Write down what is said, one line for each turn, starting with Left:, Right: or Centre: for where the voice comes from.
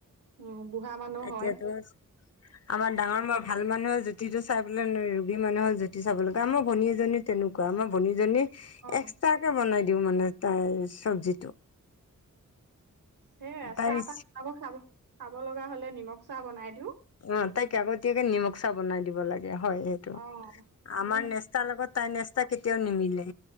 Right: অ', বুঢ়া মানুহ
Left: এতিয়াতো
Right: হয়।
Left: <unintelligible> আমাৰ ডাঙৰ ম ভাল মানুহৰ জুতিটো চাই পেলাই ৰোগী মানুহৰ জুতি চাব লাগে আমাৰ ভণী এজনী তেনেকুৱা আমাৰ ভনীজনী
Right: অ',
Left: এক্সট্ৰাকে বনাই দিও মানে তাইৰ চবজিটো।
Right: সেয়ে
Left: তাই
Right: চাহ তাহ খাব খাব খাব লগা হলে নিমখ চাহ বনাই দিওঁ।
Left: অ', তাইক আগতীয়াকে নিমখ চাহ বনাই দিব লাগে হয় সেইটো
Right: অ',
Left: আমাৰ
Right: মোৰ মা-
Left: নেচ চা লগত তাই নেষ্টা কেতিয়াও নিমিলে।